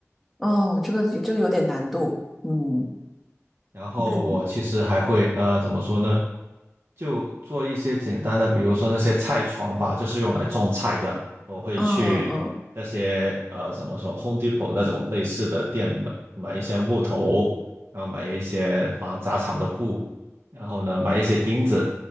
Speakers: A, in the centre; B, on the right.
A: 哦，这个这个有点难度，嗯，
B: 然后我其实还会呃怎么说呢？
A: 那你，
B: 就做一些简单的，比如说那些菜床吧，就是用来种菜的。我会去那些呃怎么说，Home
A: 嗯嗯
B: Depot 那种类似的店买买一些木头，然后买一些防杂草的布，然后呢买一些钉子，